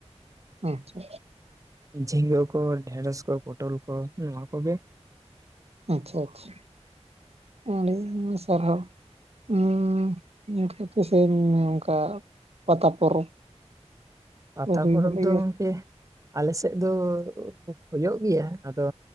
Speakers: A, on the right; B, on the right.
A: ᱟᱪᱪᱷᱟ
B: ᱡᱷᱤᱸᱜᱟᱹ ᱠᱚ ᱰᱷᱮᱸᱲᱚᱥ ᱠᱚ ᱯᱚᱴᱚᱞ ᱠᱚ ᱱᱚᱣᱟ ᱠᱚᱜᱮ
A: ᱟᱪᱪᱷᱟ ᱟᱪᱪᱷᱟ ᱟᱹᱰᱤ ᱟᱭᱢᱟ ᱥᱟᱨᱦᱟᱣ <unintelligible> ᱼᱼ ᱥᱮᱱᱞᱤᱱᱟ ᱚᱱᱠᱟ ᱯᱟᱛᱟ ᱯᱚᱨᱚᱵᱽ <inaudible>
B: ᱯᱟᱛᱟ ᱯᱚᱨᱚᱵᱽ
A: ᱵᱟᱲᱟᱜ
B: ᱫᱚ
A: ᱜᱮᱭᱟ
B: ᱜᱚᱢᱠᱤ ᱟᱞᱮᱥᱮᱫ ᱫᱚ ᱦᱩᱭᱩᱜ ᱜᱮᱭᱟ ᱟᱫᱚ